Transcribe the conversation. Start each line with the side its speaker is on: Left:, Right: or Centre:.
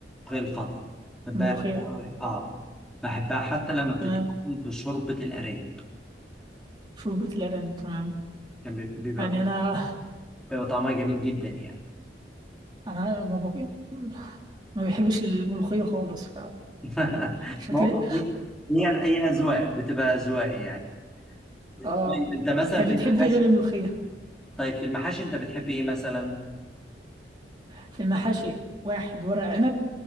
Centre: الملوخية الخضراء بحبها
Right: الملوخيه
Centre: اه بحبها حتى لما بتتعمل
Right: تمام
Centre: بشوربة الارانب
Right: شوربه الارانب تمام
Centre: كان بي- بيبقى
Right: يعني
Centre: طع-
Right: انا
Centre: بيبقى طعمها جميل جدا يعني
Right: انا ما بق... ما بحبش الملوخيه خالص
Centre: <laughs>
Right: فشكلي
Centre: ما هو هي هي هي اذواق بتبقى اذواق يعني
Right: <laughs>
Centre: طيب
Right: اه
Centre: انت مثلا
Right: انت
Centre: في
Right: بتحبي
Centre: المحاشي
Right: غير الملوخيه
Centre: طيب في المحاشي انت بتحب ايه مثلا
Right: في المحاشي واحد ورق عنب